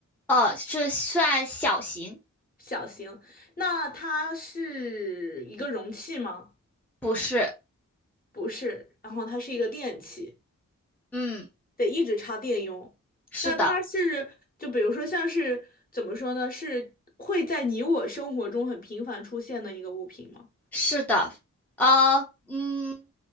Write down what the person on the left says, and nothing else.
小型，那它是一个容器吗？
不是，然后它是一个电器，
得一直插电用。
那它是，就比如说像是怎么说呢？是会在你我生活中很频繁出现的一个物品吗？